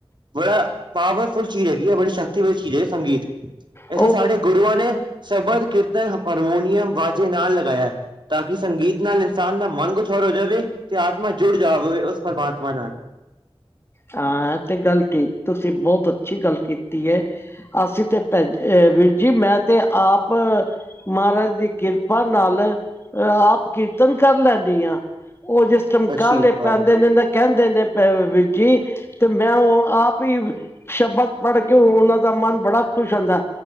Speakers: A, on the right; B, on the left.
A: ਬੜਾ ਪਾਵਰਫੁੱਲ ਚੀਜ਼ ਹੈਗੀ ਆ ਬੜੀ ਸ਼ਕਤੀ ਚੀਜ਼ ਹੈ ਸੰਗੀਤ ਇੱਥੇ
B: ਉਹ
A: ਸਾਡੇ ਗੁਰੂਆਂ ਨੇ ਸਬਦ ਕੀਰਤਨ ਹਾਰਮੋਨੀਅਮ ਵਾਜੇ ਨਾਲ ਲਗਾਇਆ। ਤਾਂ ਕਿ ਸੰਗੀਤ ਨਾਲ ਇਨਸਾਨ ਦਾ ਮਨ ਖੁਸ਼ ਹੋਰ ਹੋ ਜਾਵੇ ਤੇ ਆਤਮਾ ਜੁੜ ਜਾਵੇ ਉਸ ਪ੍ਰਮਾਤਮਾ ਨਾਲ
B: ਹਾਂ ਇਹ ਤੇ ਗੱਲ ਠੀਕ ਤੁਸੀਂ ਬਹੁਤ ਅੱਛੀ ਗੱਲ ਕੀਤੀ ਏ। ਅਸੀਂ ਤੇ ਪ ਵੀਰ ਜੀ ਮੈਂ ਤੇ ਆਪ ਮਹਾਰਾਜ ਦੀ ਕਿਰਪਾ ਨਾਲ ਆਪ ਕੀਰਤਨ ਕਰ ਲੈਂਦੀ ਆਂ ਉਹ ਜਿਸ ਟਾਇਮ
A: ਅੱਛੀ
B: ਕਾਹਲੇ
A: ਗੱਲ
B: ਪੈਂਦੇ ਨੇ ਕਹਿੰਦੇ ਨੇ ਵੀਰ ਜੀ ਤੇ ਮੈਂ ਉਹ ਆਪ ਹੀ ਸ਼ਬਦ ਪੜ੍ਹ ਕੇ ਉਹਨਾਂ ਦਾ ਮਨ ਬੜਾ ਖੁਸ਼ ਹੁੰਦਾ।